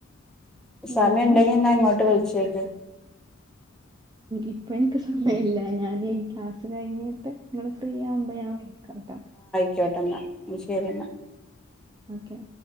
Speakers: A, on the right; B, in the centre.
A: വേറെ
B: സമയം ഇണ്ടെങ്കി എന്നാ ഇങ്ങോട്ട് വിളിച്ചേക്ക്
A: ഇപ്പൊ എനിക്ക് സമയില്ല ഞാനി ക്ലാസ് കഴിഞ്ഞിട്ട്. ഇങ്ങള് ഫ്രീ ആവുമ്പോ ഞാൻ വിളിക്കാട്ടോ
B: ക്കാട്ടെന്നാ എന്നാ ശെരിയെന്നാ
A: ഓക്കെ.